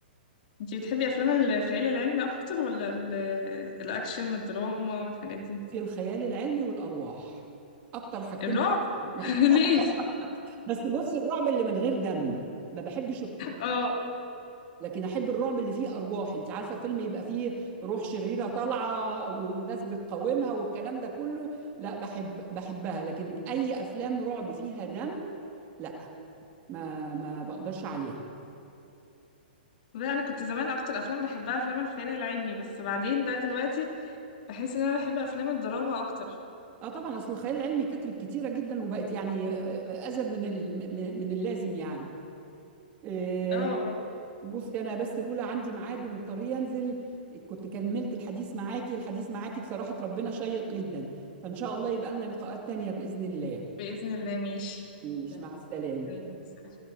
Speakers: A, on the left (about 55°); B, on the right (about 30°).
A: انتي بتحبي افلام الخيال العلمي اكتر ولا ال- الاكشن والدراما والحاجات دي
B: في الخيال العلمي والأرواح اكتر حاجتين
A: الرعب
B: بحبهم.
A: <laughs> ليه
B: <laughs> بس بص الرعب اللي من غير دم ما بحبش الرعب
A: اه
B: لكن احب الرعب اللي فيه ارواح انت عارفه فيلم يبقى فيه روح شريره طالعه و... وناس بتقاومها والكلام ده كله لا بحب بحبها لكن اي افلام رعب فيها دم لا ما ما بقدرش عليها
A: لا انا كنت زمان اكتر افلام بحبها افلام الخيال العلمي بس بعدين بقى دلوقتي بحس ان انا بحب افلام الدراما اكتر
B: اه طبعا اصل الخيال العلمي كترت كتيره جدا وبقت يعني آه، ازيد من ال- م- من اللازم يعني آه،
A: اه
B: بصي انا بس الاولى عندي ميعاد ومضطريه انزل كنت كملت الحديث معاكي الحديث معاكي بصراحه ربنا شيق جدا فان شاء الله يبقى لنا لقاءات تانية باذن الله
A: باذن الله ماشي
B: مش مع السلامه
A: يلا، سلام.